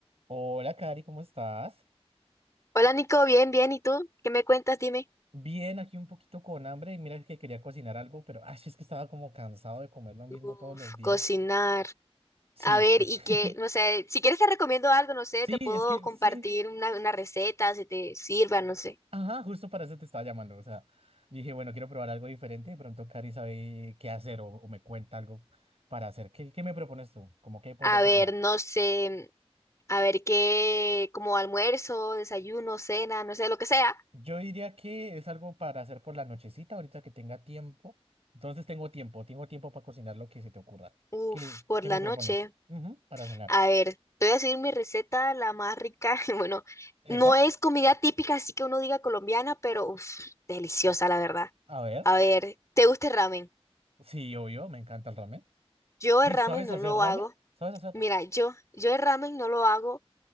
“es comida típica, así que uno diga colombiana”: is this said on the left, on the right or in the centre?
Left